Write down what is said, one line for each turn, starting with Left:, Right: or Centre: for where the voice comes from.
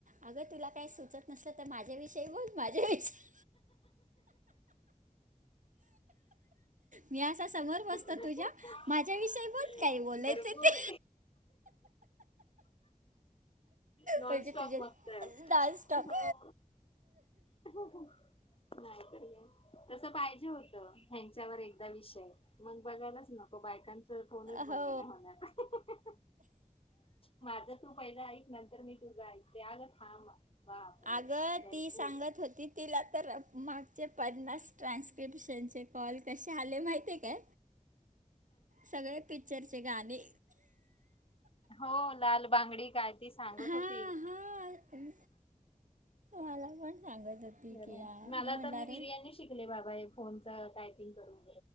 Right: अगतुला काही सुचत नसल तर माझ्या विषयी बोल माझ्या विषय म <unintelligible> समोर बसतो
Left: हा.
Right: तुझ्या माझ्या विषयी ब काही बोलायचं
Left: भरपूर
Right: ते
Left: नाॉनस््टॉप
Right: म्हणजे तुझे
Left: मगत
Right: डान्स स्टॉप
Left: का <unintelligible> नाही तस पाहिजे होत ह्यांच्यावर एकदा विषय मग बघायलाच नको बायकां फोनच बंद
Right: हो
Left: नाही होणार माझ तू पहिलं ऐक नंतर मी तुझा ऐक ते अग थांब बापरे
Right: अगं
Left: भरपूर
Right: ती सांगत होती तिला तर मागचे पन्नास ट्रान्सक्रिपश्न चे कॉल कसे आले माहिती का सगळे पिक्च तेचे गाणी
Left: हो लाल बांगडी काय ती सांगत
Right: हां
Left: होती
Right: हां मला पण सांगत होती
Left: बर
Right: की या
Left: मला
Right: म्हटलं
Left: तर मी
Right: अरे
Left: बिर्याणी शिकले बाबा हे फोन ले हो